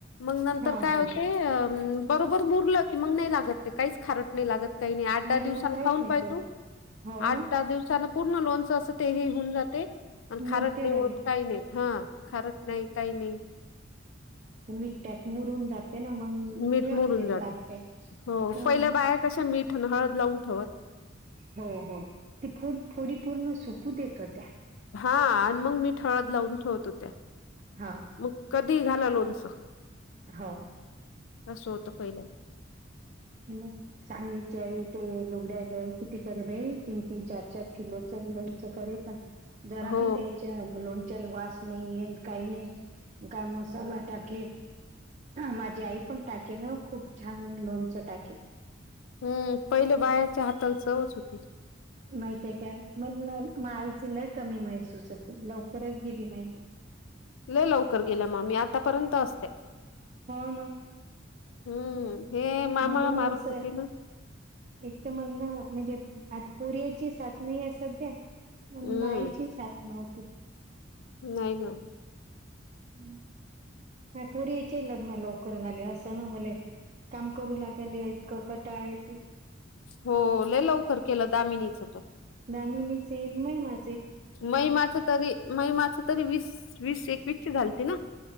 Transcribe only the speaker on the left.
मग नंतर
काय
होते अ न बरोबर मुरलं की मग नाही लागत ते काहीच खार लात काही नाही आठ दहा
दिवस
खाऊन
पा
आठ
दिव पूर्ण ल अस ते हे होऊन जाते आणि
खारट नाही
होत काही नाही हा खारट नाही काही नाही
मीठ
मोडून जात
हो
पहिल्या बाया कशा मीठ आणि हळद लावून ठेवत
हा आणि मग मी ठळद लावून ठेवत होत्या
मग कधी घालालोनसं
असं होतं पहिल्या
हो
हम्म पहिले बायाच्या हाताल चवच होती
लय लवकर गेलं ममी आतापर्यंत असत्या
हम्म मामा
मारत
होते ना
हम्म
नाही ना
हो ल लवकर केलं दामिनीच होतो
मैमाच तरी मैमाच तरी वीस वीस एकवीस झालती ना